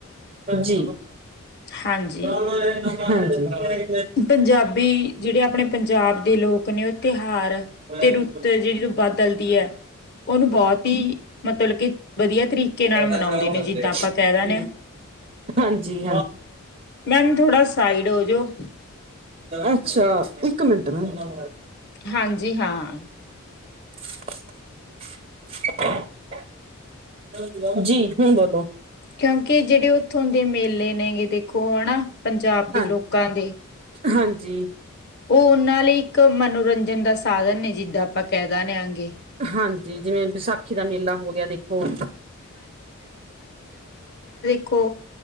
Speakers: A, on the right (about 40°); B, on the left (about 50°).
A: ਜੀ।
B: ਹਾਂਜੀ
A: <inaudible> ਹਾਂਜੀ।
B: ਪੰਜਾਬੀ, ਜਿੜੇ ਆਪਣੇ ਪੰਜਾਬ ਦੇ ਲੋਕ ਨੇ ਉ ਤੇ ਹਾਰ
A: ਹਾਂਜੀ
B: ਤੇ ਰੁੱਤ ਜਿੜੀ ਬਦਲਦੀ ਐ ਓ ਬੋਤ ਈ ਮਤਲਬ ਕੇ ਵਧੀਆ ਤਰੀਕੇ ਨਾਲ
A: ਹਾਂਜੀ
B: ਮਨਾਉਂਦੇ ਨੇ, ਜਿੱਦਾਂ ਆਪਾਂ ਕੈ ਦੇਨੇ ਆ।
A: ਹਾਂਜੀ
B: ਮੈਮ ਥੋੜਾ ਸਾਈਡ ਹੋ ਜੋ।
A: ਅੱਛਾ, ਇੱਕ ਮਿੰਟ ਨਾ।
B: ਹਾਂਜੀ ਹਾਂ।
A: <inaudible> ਜੀ ਹੁਣ ਬੋਲੋ।
B: ਕੇਓਂ ਕੇ ਜੇੜੇ ਉੱਥੋਂ ਦੇ ਮੇਲੇ ਨੇਗੇ ਦੇ ਖੋ ਹਣਾ, ਪੰਜਾਬ ਦੇ
A: ਹਾਂ
B: ਲੋਕਾਂ ਦੇ
A: ਹਾਂਜੀ।
B: ਓਨਾਂ ਲਈ ਇੱਕ ਮਨੋਰੰਜਨ ਦਾ ਸਾਧਨ ਨੇ ਜਿੱਦਾਂ ਆਪਾਂ ਕੈ ਦਾ ਨਾ ਆਂਗੇ।
A: ਹਾਂ ਜੀ ਜਿਵੇਂ ਵਿਸਾਖੀ ਦਾ ਮੇਲਾ ਹੋ ਗੇਆ ਦੇਖੋ
B: ਕੋ,